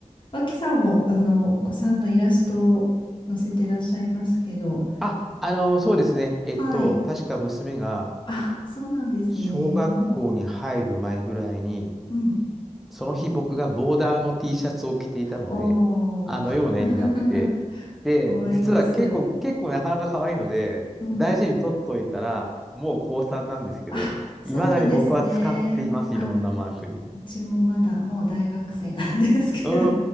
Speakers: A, on the left; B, in the centre.
A: 脇さんも、あの、お子さんのイラストを載せてらっしゃいますけど、
B: あ、あの、そうですね。えっと、
A: はい。
B: 確か娘が
A: あ、そうなんですね。
B: 小学校に入る前ぐらいに、
A: うん。
B: その日僕がボーダーの T シャツを着ていたので、
A: おー。
B: あのような絵になって、
A: <laughs>
B: で、
A: 可愛いいです。
B: 実は結構、結構なかなか可愛いので、
A: うん
B: 大事に取っといたら、もう高3なんですけど、
A: あ、そうなんですね。
B: いまだに僕は使っています、
A: あ、
B: いろんなマークに。
A: うちもまだ、もう大学生なんですけど。
B: う